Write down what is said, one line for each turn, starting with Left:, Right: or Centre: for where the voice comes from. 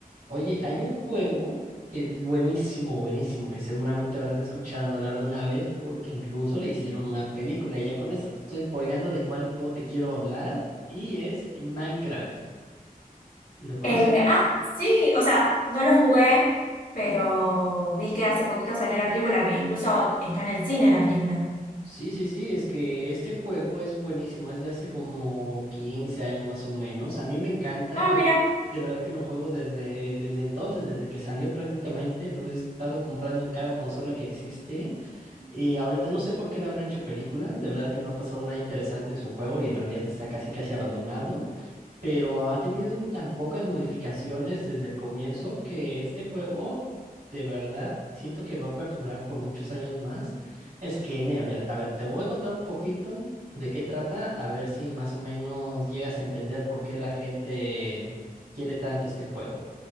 Right: Oye, hay un juego que es buenísimo, buenísimo, que seguramente habrás escuchado hablar de una vez porque incluso le hicieron una película y ya con esto te estoy spoileando de cuál juego te quiero hablar y es Minecraft. ¿Lo conoces?
Left: Eh, ah, sí, o sea, no lo jugué, pero vi que hace poquito salió la película, que incluso está en el cine la película.
Right: Sí, sí, sí, es que este juego es buenísimo, es de hace como 15 años más o menos. A mí me encanta,
Left: Ah,
Right: yo
Left: mira.
Right: de verdad que lo juego desde, desde entonces, desde que salió prácticamente, lo he estado comprando en cada consola que existe Y ahorita no sé por qué le habrán hecho película, de verdad que no ha pasado nada interesante en su juego y en realidad está casi casi abandonado, pero ha tenido tan pocas modificaciones desde el comienzo que este juego de verdad siento que va a perdurar por muchos años más. Es que, mira, mira, a ver, te voy a contar un poquito de qué trata, a ver si más o menos llegas a entender por qué la gente quiere tanto este juego.